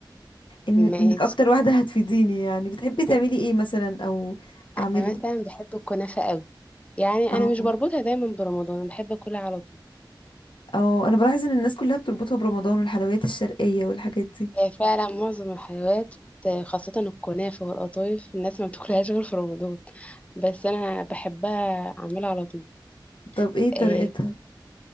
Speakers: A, on the left; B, on the left.
A: إن-
B: ماشي
A: انك اكتر واحده هتفيديني يعني بتحبي تعملي
B: <laughs>
A: ايه مثلا او اعمله
B: انا مثلا بحب الكنافه قوي يعني انا
A: او
B: مش بربطها دايما برمضان انا بحب اكلها على طول
A: او انا بلاحظ ان الناس كلها بتربطها برمضان والحلويات الشرقيه والحاجات دي
B: هي فعلا معظم الحلويات آه، خاصه الكنافه والقطايف الناس ما بتاكلهاش غير في رمضان بس انا بحبها اعملها على طول
A: طب ايه طريقتها
B: آه